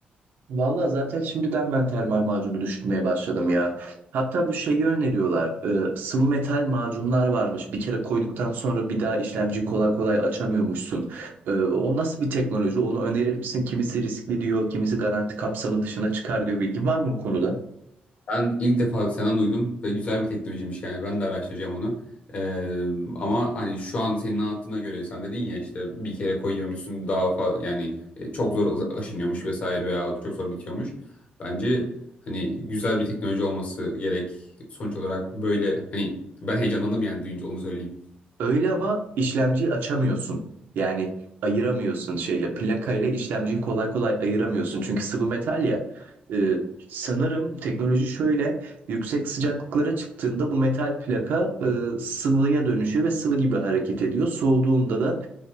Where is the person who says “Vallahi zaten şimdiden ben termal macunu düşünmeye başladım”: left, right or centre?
Right